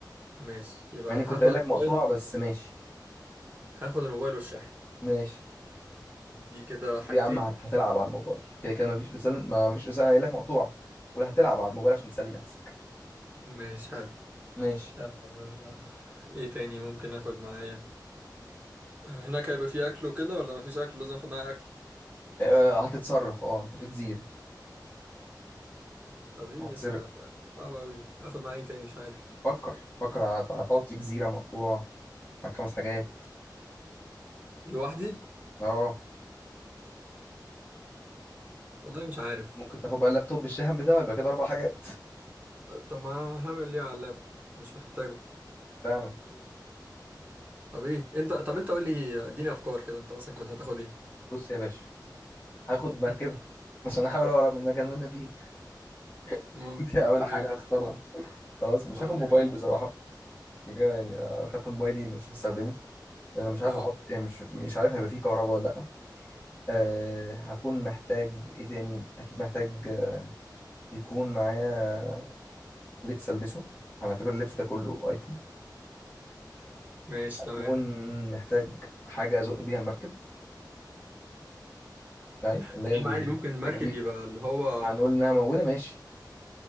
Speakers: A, on the right; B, on the left.
A: ماشي يبقى
B: يعني
A: هاخد
B: كنت قايل
A: الموبايل
B: لك مقطوعه بس ماشي
A: هاخد الموبايل والشحن
B: ماشي
A: دي كده حاجتين
B: يا عم هت- هتلعب على الموبايل كده كده مفيش رسالة ما مفيش رسالة قايل لك مقطوعة ولا هتلعب على الموبايل عشان تسلي نفسك
A: ماشي حلو
B: ماشي
A: آه. ايه تاني ممكن اخد معايا هناك هيبقى فيه اكل وكده ولا مفيش اكل لازم اخد معايا اكل
B: آه، هتتصرف اه انت في جزيرة
A: طب ايه
B: هتصر
A: يا اسطى صعب اوي اخد معايا ايه تاني مش عارف
B: فكر فكر هت- هتقعد في جزيرة مقطوع معاك خمس حاجات
A: لوحدي
B: اه
A: والله مش عارف
B: ممكن تاخد بقى اللابتوب بالشاحن بتاعه يبقى كده اربع حاجات
A: طب ما هعمل ايه على اللاب مش محتاجه
B: فعلا
A: طب ايه انت طب انت قول لي اديني افكار كده انت مثلا كنت هتاخد ايه
B: بص يا باشا هاخد مركبة
A: مم،
B: <laughs> عشان احاول اهرب من المكان اللي انا فيه <laughs>
A: ممكن
B: دي اول
A: ماشي
B: حاجة هختارها خلاص مش
A: اه
B: هاخد
A: عندك
B: موبايل
A: حق
B: بصراحة كده يعني اخدت موبايلي مش هستخدمه لان انا مش عارف
A: اه
B: احط يعني مش مش عارف هيبقى فيه كهرباء ولا لا أه هكون محتاج ايه تاني اكيد محتاج آه، يكون معايا لبس البسه هنعتبر اللبس ده كله ايتم
A: ماشي
B: اكون
A: تمام
B: محتاج حاجه ازق بيها المركب يعني اللي
A: تمام
B: هي تمام
A: عادي ممكن المركب
B: التجديف
A: يبقى اللي هو
B: هنقول انها موجوده ماشي